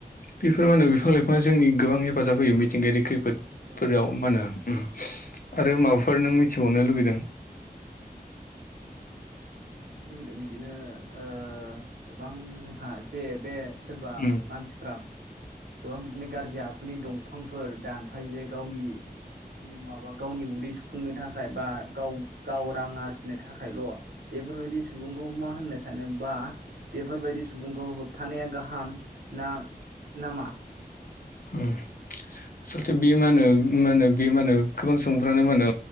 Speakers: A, on the left; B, on the right.
A: बेफोर मा होनो बिफां लाइफाङा जोंनि गोबां हेफाजाब होयो मिथिंगायारि खैफोदफोराव
B: औ
A: मा होनो उम। आरो माबाफोर नों मिथिबावनो लुुबैदों
B: लुगैदों बिदिनो ओ गोबां जोंहा जे बे सोरबा
A: उम
B: मानसिफ्रा गोबां बिदिनो गारजि आखुनि दंफांफोर दानफायो जे गावनि जिउ माबा गावनि उदै सुफुंनो थाखाय बा गाव गाव रां आरजिनो थाखायल'। बेफोरबायदि सुबुंखौ मा होननो सानो बा बेफोरबायदि सुबुंखौ होबथानाया गाहाम। ना नामा?
A: हो। आसलथे बेयो मा होनो मा होनो बे मा होनो गोबां सुबुंफ्रानो मा होनो